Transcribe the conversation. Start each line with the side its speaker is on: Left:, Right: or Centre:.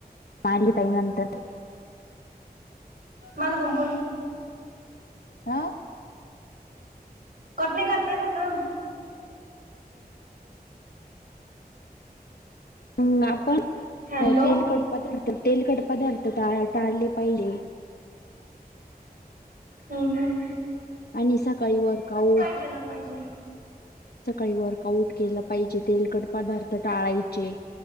Left: <unintelligible> ताई नंतर
Right: माग जाऊन बोल
Left: हा?
Right: कट नाही करत आहे ना? थांब
Left: हम् आपण
Right: हॅलो
Left: अ तेल कट पदार्थ तेलकट पदार्थ टा टाळले पहिले.
Right: हम्म हम्म
Left: आणि सकाळी वर्कआउट
Right: केलं पाहिजे
Left: सकाळी वर्क आउट केलं पाहिजे तेलकट पदार्थ टाळायचे